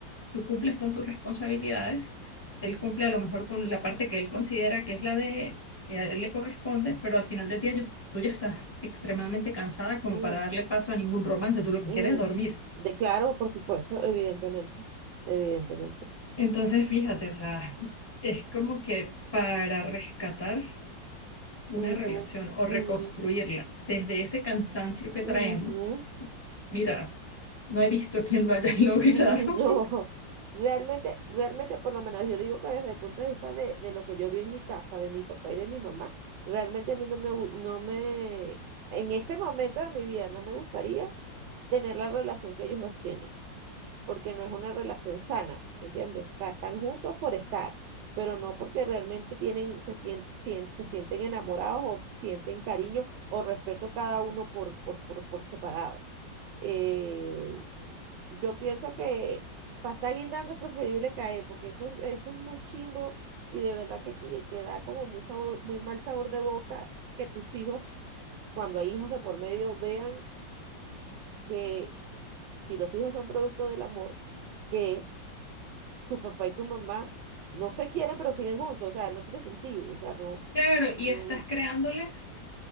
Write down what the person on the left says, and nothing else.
tú cumples con tus responsabilidades, él cumple a lo mejor con la parte que él considera que es la de que a él le corresponde, pero al final del día yo- tú ya estás extremadamente cansada como
para darle paso a ningún romance, tú lo que
quieres es dormir.
Entonces, fíjate, o sea, es como que para rescatar una
relación o
reconstruirla desde ese cansancio que traemos,
mira, no he visto quién lo haya <laughs> logrado.
Claro, y
estás creándoles